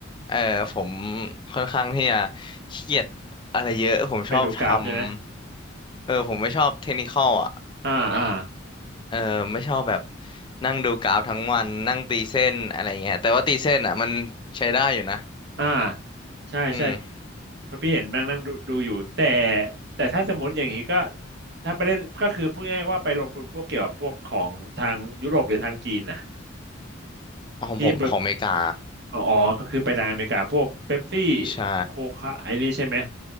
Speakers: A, on the left; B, on the right.
A: เออผมค่อนข้างที่จะขี้เกียจอะไรเยอะผมชอบท
B: ไปดูกราฟใช่ไหม
A: ำเออผมไม่ชอบเทคนิคอลอ่ะ
B: อ่าอ่า
A: เออไม่ชอบแบบนั่งดูกราฟทั้งวันนั่งตีเส้นอะไรเงี้ยแต่ว่าตีเส้นอ่ะมันใช้ได้อยู่นะ
B: อ่าใช่ใช่
A: อืม
B: เพราะพี่เห็นแม่งนั่งดูดูอยู่แต่แต่ถ้าสมมติอย่างนี้ก็ถ้าไปเล่นก็คือพูดง่ายๆว่าไปลงทุนพวกเกี่ยวกับพวกของทางยุโรปหรือทางจีนนะ
A: ของผมของอเมริกา
B: ที่ไปอ๋ออ๋อก็คือไปทางอเมริกาพวกเป๊ปซี่
A: ใช่
B: โคคาไอ้นี่ใช่ไหม